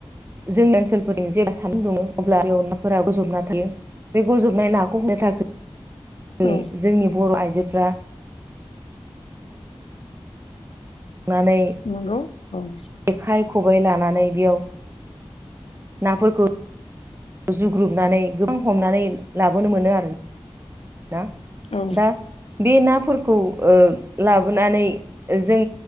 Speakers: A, on the right; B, on the left.
A: जोंनि ओनसोलफोरजों जेब्ला सान्दुं दुङो अब्ला बेयाव नाफोरा गोजबना थायो। बे गजबनाय नाखौ होनो थाखाय
B: औ
A: जोंनि बर' आइजोफ्रा नानै
B: नंगौ औ
A: जेखाइ खबाइ लानानै बेयाव नाफोरखौ जुग्रुबनानै गोबां हमनानै लाबोनो मोनो आरो। ना
B: औ
A: दा बे नाफोरखौ ओ लाबोनानै जों